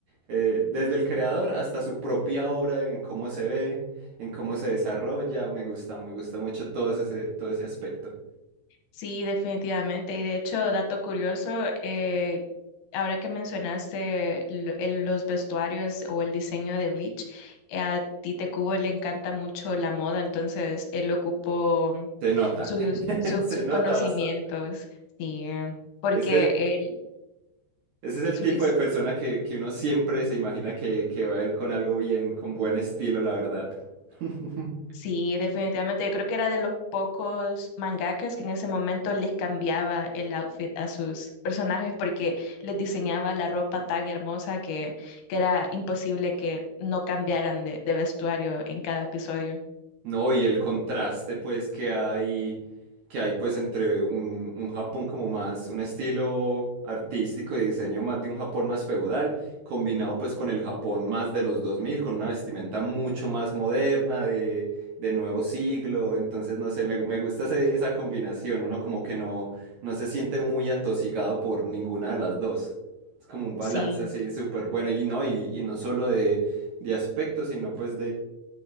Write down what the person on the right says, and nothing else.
eh, desde el creador hasta su propia obra, en cómo se ve, en cómo se desarrolla. Me gusta, me gusta mucho todo ese, todo ese aspecto.
Se nota,
<laughs>
se
nota
bastante.
Ese,
ese es el
tipo
de persona que, que uno siempre se imagina que, que va a ir con algo bien, con buen estilo, la verdad. <laughs>
No, y el contraste pues que hay, que hay pues entre un, un Japón como más, un estilo artístico y diseño más de un Japón más feudal, combinado pues con el Japón más de los dos mil con una vestimenta mucho más moderna, de, de nuevo siglo, entonces no sé, me, me gusta ese- esa combinación, uno como que no, no se siente muy atosigado por ninguna de las dos. Es como un balance
así súper bueno y no, y, y no solo de, de aspecto, sino pues